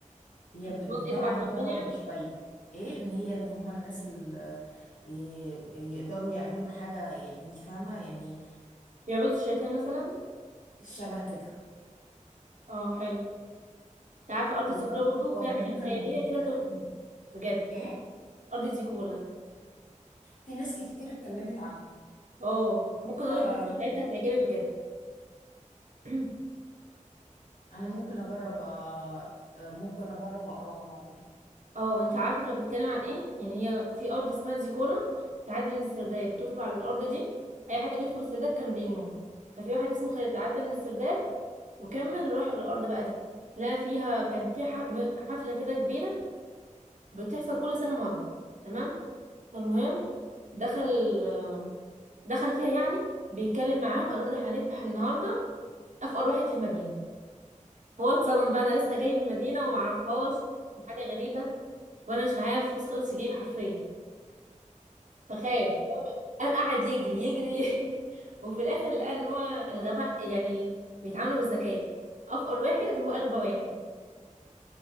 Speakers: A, on the left (about 70°); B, on the right (about 65°).
A: هي ب-
B: منطقة
A: نوعا
B: تبع الشيطان
A: ما رعب
B: يعني
A: شوية ايه ان هي اللي هم الناس اللي يقدروا يعملوا حاجة يعني انت فاهمة يعني
B: بيعبدوا الشيطان مثلا
A: شبه كده
B: اه حلو انت عارفة أرض
A: وبرضه
B: زيكولا برضه
A: القادمون
B: فيها حاجات
A: كانت
B: خيالية
A: بتتكلم
B: كده تحفة بجد
A: ايه
B: أرض زيكولا
A: في ناس كتير اتكلمت
B: اه ممكن اقولك
A: عنها
B: القصة بتاعتها هتعجبك بجد <clears throat>
A: انا ممكن اجرب أ... ممكن اجرب اقراها بعد كده
B: اه انت عارفة كانت بتتكلم عن ايه يعني هي في أرض اسمها زيكولا بتعدي من السرداب بتدخل على الأرض دي أي حد بيدخل السرداب كان بيموت ففي واحد اسمه خالد تعدى من السرداب وكمل روح الارض بقى دي لا فيها كان في ح- م- حفله كده كبيره بتحصل كل سنه مره تمام فالمهم دخل آه، دخل فيها يعني بيتكلم معاهم قالوا له ده احنا هنذبح النهارده افقر واحد في المدينه هو اتصدم بقى انا لسه جاي من المدينه ومعرفهاش وحاجه غريبه وانا مش معايا فلوس خالص في جيبي حرفيا فخاف قام قام قعد يجري يجري يجري <laughs> وفي الاخر لقى ان هو الغباء يعني بيتعاملوا بالذكاء افقر واحد هو اغبى واحد